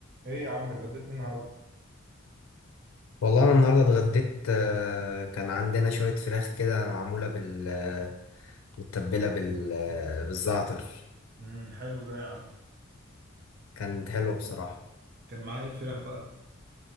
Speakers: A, on the right; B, on the left.
A: ايه يا عم اتغديت النهارده
B: والله انا النهارده اتغديت آه، كان عندنا شويه فراخ كده معموله بال آه، متبله بال آه، بالزعتر
A: امم حلو ده يا عم
B: كانت حلوه بصراحه
A: كان معاه ايه الفراخ بقى